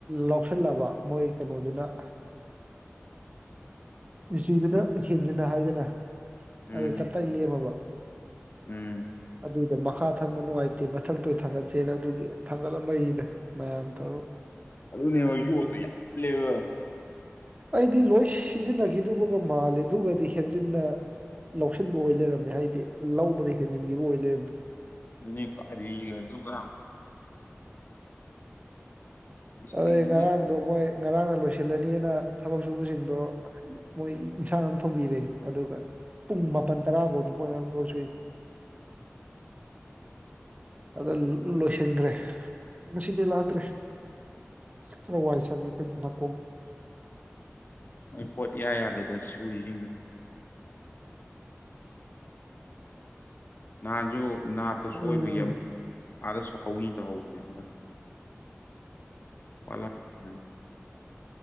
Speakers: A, on the right; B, on the left.
A: ꯂꯧꯁꯤꯜꯂꯕ ꯃꯣꯏ ꯀꯩꯅꯣꯗꯨꯅ ꯃꯤꯁꯇ꯭ꯔꯤꯗꯨꯅ
B: ꯎꯝ
A: ꯍꯦꯟꯖꯤꯟꯅ ꯍꯥꯏꯗꯅ
B: ꯎꯝ
A: ꯑꯗꯩ ꯇꯞꯇꯥꯏ ꯂꯦꯝꯃꯕ꯫
B: ꯎꯝ
A: ꯑꯗꯨꯏꯗꯣ ꯃꯈꯥ ꯊꯝꯕ ꯅꯨꯡꯉꯥꯏꯇꯦ ꯃꯊꯛꯇ ꯑꯣꯏ ꯊꯥꯡꯒꯠꯁꯦꯅ ꯑꯗꯨꯒꯤ ꯊꯥꯡꯒꯠꯂꯝꯕꯩꯅꯤꯗ꯫ ꯃꯌꯥꯝ ꯇꯧꯔ
B: ꯑꯗꯨꯅꯦꯕ ꯌ‌ꯣꯠꯇ‌ꯣ ꯌꯥꯝ ꯂꯩꯕ
A: ꯑꯩꯗꯤ ꯂꯣꯏ ꯁꯤꯖꯤꯟꯅꯒꯤꯗꯨꯕꯒ ꯃꯥꯜꯂꯦ ꯑꯗꯨꯒꯗꯤ ꯍꯦꯟꯖꯤꯟꯅ ꯂꯧꯁꯤꯟꯕ ꯑꯣꯏ ꯂꯩꯔꯝꯃꯦ ꯍꯥꯏꯗꯤ ꯂꯧꯕꯗ ꯍꯦꯟꯖꯤꯟꯒꯤꯕ ꯑꯣꯏ ꯂꯩꯔꯝꯃꯦ꯫
B: <unintelligible> ꯃꯤꯁꯇ꯭ꯔꯤꯁꯤꯡꯗꯣ
A: ꯑꯩ ꯉꯔꯥꯡꯗꯣ ꯃꯣꯏ ꯉꯔꯥꯡꯅ ꯂꯣꯏꯁꯤꯜꯂꯅꯤꯅ ꯊꯕꯛ ꯁꯨꯕꯁꯤꯡꯗꯣ ꯃꯣꯏ ꯏꯟꯁꯥꯡ ꯑꯃ ꯊꯣꯡꯕꯤꯔꯦ ꯑꯗꯨꯒ ꯄꯨꯡ ꯃꯥꯄꯜ ꯇꯔꯥ ꯐꯧꯅꯤ ꯃꯣꯏꯅ ꯉꯔꯥꯡ ꯊꯕꯛ ꯁꯨꯏꯁꯤ꯫ ꯑꯗ ꯂꯣꯏꯁꯤꯟꯒ꯭ꯔꯦ ꯉꯁꯤꯗꯤ ꯂꯥꯛꯇ꯭ꯔꯦ꯫ ꯈꯔ ꯋꯥꯏ ꯁꯪꯉꯤ ꯅꯥꯀꯣꯡ
B: ꯍꯣꯏ ꯄꯣꯠ ꯏꯌꯥ ꯌꯥꯗꯦꯗ ꯁꯨꯔꯤꯁꯤꯡꯗꯣ꯫ ꯅꯍꯥꯟꯖꯨ ꯅꯥꯞꯇ
A: ꯎꯝ
B: ꯁꯣꯏꯕꯒꯤ ꯑꯃꯨꯛ ꯑꯥꯗ ꯁꯍꯧꯅꯤ ꯇꯧꯍꯧꯕꯅꯦ ꯃꯊꯛꯇ꯫ <unintelligible>